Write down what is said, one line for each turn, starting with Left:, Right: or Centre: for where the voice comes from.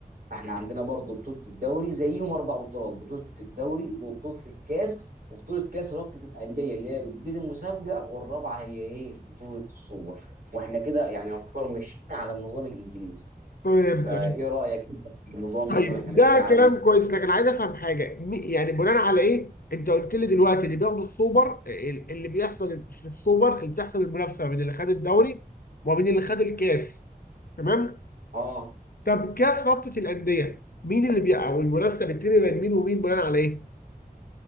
Right: فاحنا عندنا برضو بطولة الدوري زيهم اربع بطولات بطولة الدوري وبطولة الكاس وبطولة كاس رابطة الأندية اللي هي بتدير المسابقة والرابعة هي ايه بطولة السوبر واحنا كده يعني يعتبر ماشيين على النظام الإنجليزي
Left: تمام
Right: فايه
Left: تمام
Right: رأيك انت في النظام
Left: طيب
Right: اللي احنا ماشيين
Left: ده
Right: عليه
Left: كلام كويس لكن عايز افهم حاجه م- يعني بناء على ايه انت قلت لي دلوقتي اللي بياخدوا السوبر ال- اللي بيحصل في السوبر اللي بتحصل المنافسه ما بين اللي خد الدوري وما بين اللي خد الكاس تمام
Right: اه
Left: طب كاس رابطه الانديه مين اللي بي... او المنافسه بتتم بين مين ومين بناء على ايه